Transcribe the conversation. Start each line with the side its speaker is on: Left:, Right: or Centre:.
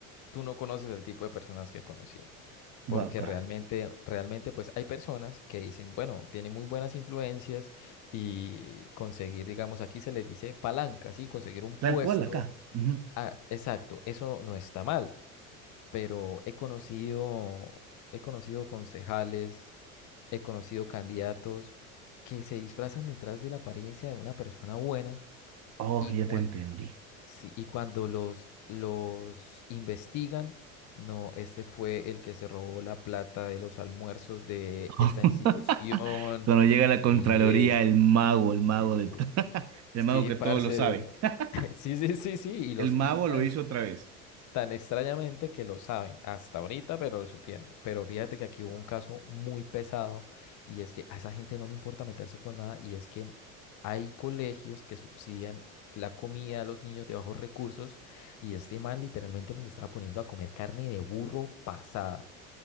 Left: tú no conoces el tipo de personas que he conocido,
Right: Bueno,
Left: porque
Right: acá.
Left: realmente, realmente, pues hay personas que dicen, bueno, tiene muy buenas influencias y conseguir, digamos, aquí se les dice palanca, sí, conseguir un puesto,
Right: Tal cual acá. Ujú.
Left: ah, exacto, eso no está mal, pero he conocido, he conocido concejales He conocido candidatos que se disfrazan detrás de la apariencia de una persona buena
Right: Oh,
Left: y,
Right: ya
Left: cuan-
Right: te entendí.
Left: sí, y cuando los, los investigan, no, este fue el que se robó la plata de los almuerzos de
Right: <laughs>
Left: esta institución.
Right: Cuando llega la Contraloría,
Left: Y, eh,
Right: el mago, el mago
Left: eh,
Right: de to- el
Left: sí,
Right: mago que
Left: parce.
Right: todo lo sabe. <laughs>
Left: <laughs> Sí, sí, sí, sí, y los
Right: El mago
Left: y tan
Right: lo hizo otra vez.
Left: Tan extrañamente que lo saben hasta ahorita, pero lo supieron. Pero fíjate que aquí hubo un caso muy pesado y es que a esa gente no le importa meterse con nada y es que hay colegios que subsidian la comida a los niños de bajos recursos y este man literalmente los estaba poniendo a comer carne de burro pasada,